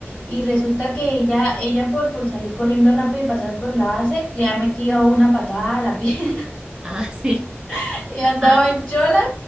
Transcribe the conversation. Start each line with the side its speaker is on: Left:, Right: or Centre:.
Left: y resulta que ella, ella por, por salir corriendo rápido y pasar por la base, le ha metido una patada a la piedra
Right: <laughs> Ah, sí.
Left: <laughs> y andaba
Right: Ah.
Left: en cholas